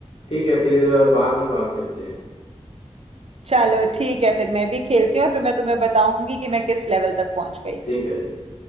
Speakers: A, on the left; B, on the right.
A: ठीक है फिर बाद में बात करते हैं
B: चलो ठीक है फिर मैं भी खेलती हूँ और फिर मैं तुम्हें बताऊंगी कि मैं किस लेवल तक पहुंच गई
A: ठीक है ठीक